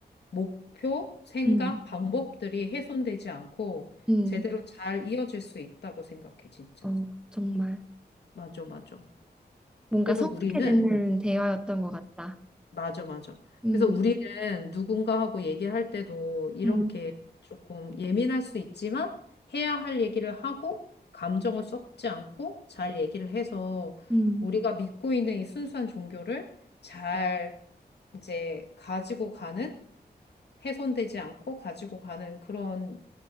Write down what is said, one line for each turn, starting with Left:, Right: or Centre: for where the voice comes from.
Left: 목표, 생각,
Centre: 음,
Left: 방법들이 훼손되지 않고,
Centre: 음,
Left: 제대로 잘 이어질 수 있다고 생각해, 진짜.
Centre: 어, 정말
Left: 맞아, 맞아.
Centre: 뭔가
Left: 그래서
Centre: 성숙해지는
Left: 우리는
Centre: 대화였던 것 같다.
Left: 맞아, 맞아.
Centre: 음,
Left: 그래서 우리는 누군가하고 얘기할 때도 이렇게
Centre: 음,
Left: 조금 예민할 수 있지만 해야 할 얘기를 하고 감정을 섞지 않고 잘 얘기를 해서
Centre: 음,
Left: 우리가 믿고 있는 이 순수한 종교를 잘 이제 가지고 가는 훼손되지 않고 가지고 가는 그런